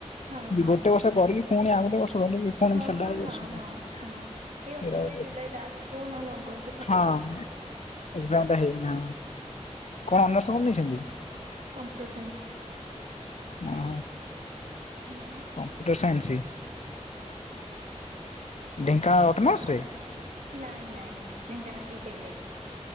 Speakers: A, on the right (about 80°); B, on the left (about 65°).
A: ହଁ ହଁ
B: ଗୋଟେ ବର୍ଷ କରିକି ଫୁଣି ଆଉ ଗୋଟେ ବର୍ଷ କରିକି ପୁଣି
A: ହଁ
B: ଛାଡିଲା
A: ପା
B: ବେଳକୁ
A: ହଁ
B: ଅସୁବିଧା
A: -ହଁ -ହଁ ଏଇ
B: ସେଇଟା
A: ଅଛି
B: ହଉଛି
A: ବା ଏଇ ଜୁଲାଇ
B: କଥା।
A: ଲାଷ୍ଟ୍ କୁ ନହେଲେ ଅଗଷ୍ଟ୍
B: ହଁ ଏକ୍ଜାମ୍ ଟା ହେଇନି ନା କଣ ଅନର୍ସ କଣ ନେଇଚନ୍ତି?
A: Computer science.
B: <unintelligible>
A: ହୁଁ।
B: କମ୍ପ୍ୟୁଟର ସାଇନ୍ସ ଢେଙ୍କାନାଳ ଅଟୋନମସ୍ ରେ?
A: ନାଇଁ ନାଇଁ ଢେଙ୍କା ନାଇଁ ଇଟେକ୍ ରେ।